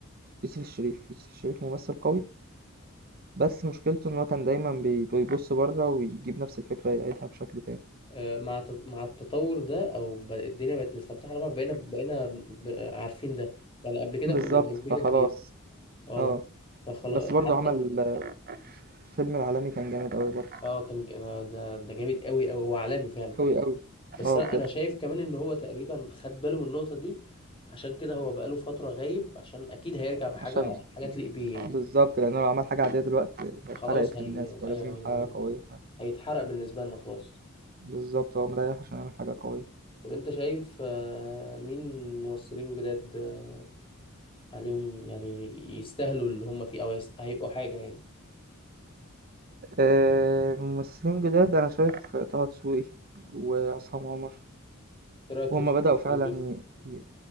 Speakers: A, on the right; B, on the left.
A: يوسف الشريف يوسف الشريف ممثل قوي بس مشكلته إن هو كان دايما بي- بيبص بره ويجيب نفس الفكرة يعيدها بشكل تاني
B: آه، مع ت- مع التطور ده او ب- الدنيا بقت متفتحة لبعض بقينا بقينا ب- عارفين ده يعني قبل كده
A: بالظبط
B: كنا بننبهر
A: فخلاص
B: بيه اه
A: اه
B: فخلاص
A: بس برضو
B: حتى
A: عمل آه، فيلم العالمي كان جامد أوي برضو
B: اه كان ج- ده ده ده جامد قوي قوي هو عالمي فعلا
A: أوي أوي
B: بس
A: اه
B: انا
A: بجد
B: أنا شايف كمان ان هو تقريبا خد باله من النقطة دي عشان كده هو بقاله فترة غايب عشان اكيد هيرجع بحاجة
A: عشان
B: حاجة تليق بيه يعني
A: بالضبط، لأنه لو عمل حاجة عادية دلوقتي هي اتحرقت
B: خلاص هي
A: للناس، فلازم
B: ايوه
A: يعمل
B: هي...
A: حاجة قوية ف
B: هيتحرق بالنسبه لنا خلاص
A: بالضبط، هو مريّح عشان يعمل حاجة قوية.
B: طب انت شايف آه، مين ممثلين جداد آه، عليهم يعني يستاهلوا اللي هم فيه او يست... هيبقوا حاجه يعني
A: آآ، ممثلين جداد أنا شايف طه دسوقي وعصام عمر،
B: ايه رايك
A: وهُم
B: في
A: بدأوا فعلًا
B: الفيلم
A: ي ي